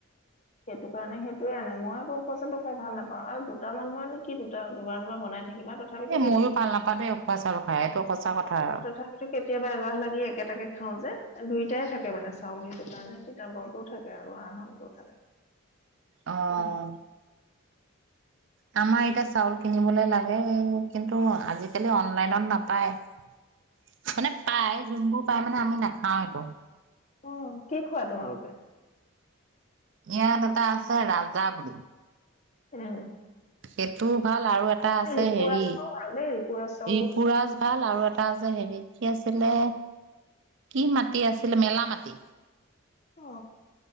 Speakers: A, on the left; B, on the right.
A: সেইটো কাৰণে সেইটোয়ে আনোই মই আকৌ উখোৱা চাউলটো খাই ভাল নাপাওঁ আৰু দুটা মানুহৰ নো কি দুটা দুবাৰ দুবাৰ বনাই। থাকিবা তথাপিতো
B: এ
A: কেতিয়াবা।
B: ময়ো ভাল নাপাও দেই উখোৱা চাউল খাই এইটো সঁচা কথা আৰু।
A: তথাপিতো কেতিয়াবা এলাহ লাগি একেটাকে খাও যে দুইটাই থাকে মানে চাউল সেইটো কাৰণে তিতাবৰটোও থাকে আৰু আৰহামটোও থাকে।
B: অহ।
A: তেনেকে
B: আমাৰ এতিয়া চাউল কিনিবলে লাগে কিন্তু আজিকালি অনলাইনত নাপায় মানে পায় যোনবোৰ পায় মানে আমি নাখাও এইটো।
A: অহ কি খোৱা তোমালোকে।
B: ইয়াত এটা আছে ৰাজা বুলি।
A: উম।
B: সেইটোও ভাল। আৰু এটা আছে
A: ৰিপুৰাজটোও
B: হেৰি
A: ভাল দেই ৰিপুৰাজ চাউলটো
B: ৰিপুৰাজ ভাল আৰু এটা। তাৰপিছত হেৰি কি আছিলে কি মাটি আছিলে মেলা মাটি।
A: অ